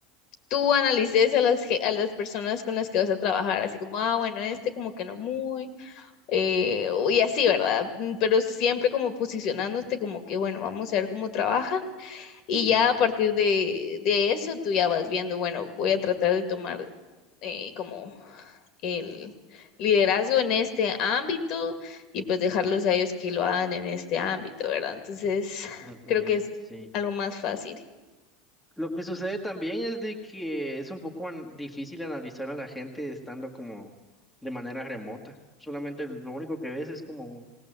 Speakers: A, on the left; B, in the centre.
A: tú analices a las, ge- a las personas con las que vas a trabajar, así como, ah, bueno, este como que no muy eh, y así, ¿verdad? Mm, Pero siempre como posicionándote como que, bueno, vamos a ver cómo trabajan y
B: Ujú,
A: ya a partir de, de eso tú ya vas viendo, bueno, voy a tratar de tomar eh, como el liderazgo en este ámbito y pues dejarlos a ellos que lo hagan en este ámbito, ¿verdad? Entonces,
B: ujú,
A: creo que es
B: sí.
A: algo más fácil.
B: Lo que sucede también es de que es un poco an- difícil analizar a la gente estando como de manera remota. Solamente lo único que ves es como,